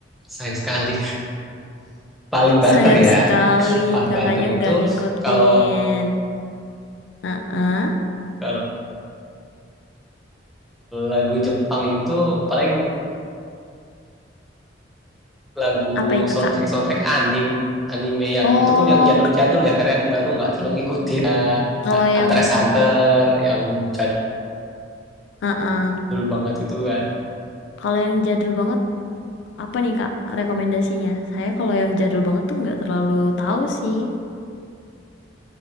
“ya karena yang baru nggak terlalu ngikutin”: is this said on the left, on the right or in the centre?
Centre